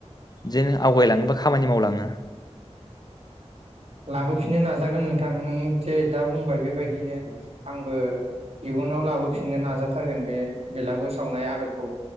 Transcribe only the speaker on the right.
लाबोफिननो नाजागोन नोंथां नों जे दा बुंबाय बेबायदिनो आंबो इयुनाव लाबोफिननो नाजाथारगोन बे बेलागुर सावनाय आदबखौ